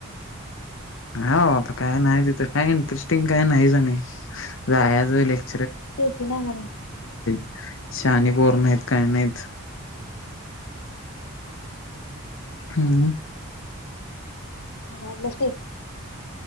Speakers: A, on the left; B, on the left.
A: नाहीबाबा काय आता काय नाही तिथं काय इंटरेस्टिंग काय नाही आणि जायाचा लेक
B: स्टेफी नाही म्हणून
A: <unintelligible> शानी पोर नाहीत काय नाहीत. हम्म.
B: मला वाटलं स्टेफी